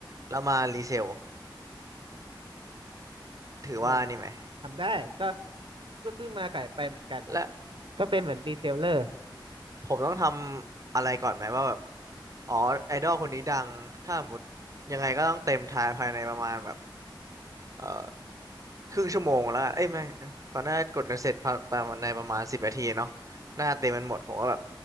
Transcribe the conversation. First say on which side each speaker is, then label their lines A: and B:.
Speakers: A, on the right (about 40°); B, on the right (about 80°).
A: แล้วมารีเซล ถือว่านี่ไหม
B: อืมทำได้ก็ก็ซื้อมาขายไปเหมือนกัน
A: และ
B: ก็เป็นเหมือนรีเซลเลอร์
A: ผมต้องทำอะไรก่อนไหมว่าแบบอ๋อไอดอลคนนี้ดังถ้าสมมติยังไงก็ต้องเต็มทายภายในประมาณแบบเอ่อครึ่งชั่วโมงแล้วกันเอ้ยไม่เขาน่าจะกดกันเสร็จภายประมาณในประมาณสิบนาทีเนาะหน้าจะเต็มกันหมดผมก็แบบ